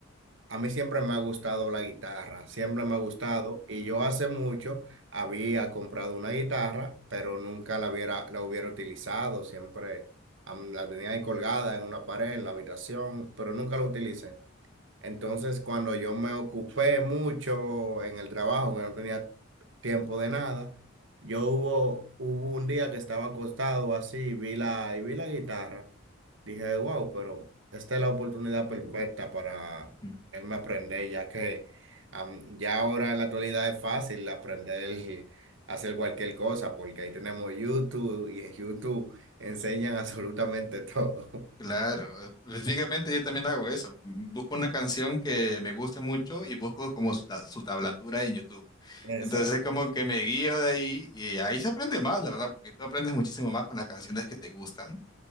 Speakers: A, on the right (about 60°); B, on the left (about 20°).
A: a mí siempre me ha gustado la guitarra, siempre me ha gustado y yo hace mucho había comprado una guitarra, pero nunca la hubiera, la hubiera utilizado, siempre am, la tenía ahí colgada en una pared, en la habitación, pero nunca la utilicé. Entonces, cuando yo me ocupé mucho en el trabajo, que no tenía tiempo de nada, yo hubo, hubo un día que estaba acostado así y vi la, y vi la guitarra. Dije, wow, pero esta es la oportunidad perfecta para
B: mm.
A: él aprender, ya que am, ya ahora en la actualidad es fácil aprender <laughs> a hacer cualquier cosa, porque ahí tenemos YouTube y en YouTube enseñan absolutamente todo.
B: Claro, específicamente yo también hago eso. Busco una canción que me guste mucho y busco como su, ta- su tablatura en YouTube.
A: <laughs>
B: Entonces
A: Esa-
B: es como que me guío de ahí y ahí se aprende más, la verdad, porque tú aprendes muchísimo más con las canciones que te gustan.